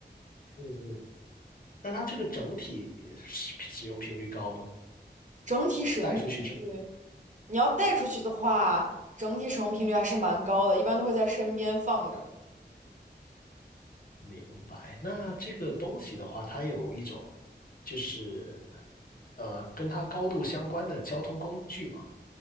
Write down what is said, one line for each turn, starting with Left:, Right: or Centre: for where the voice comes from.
Left: 嗯嗯。那它这个整体使使用频率高吗？
Right: 整体使用频率，
Left: 带出去之后，
Right: 你要带出去的话，整体使用频率还是蛮高的，一般都会在身边放着。
Left: 明白。那这个东西的话，它有一种就是呃，跟它高度相关的交通工具嘛。